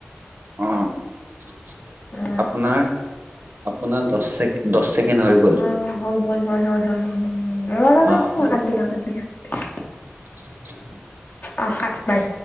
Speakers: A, on the right; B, on the left.
A: অ'
B: উম
A: আপোনাৰ, আপোনাৰ দহ চেকেণ্ড, দহ ছেকেণ্ড হৈ গ'ল।
B: অ', হ'ল, হ'ল, ৰ, ৰ, ৰ
A: অ
B: নাকাতিবি
A: দিয়ক
B: নাকাতাবি।
A: <unintelligible>
B: অ' সাত বাই।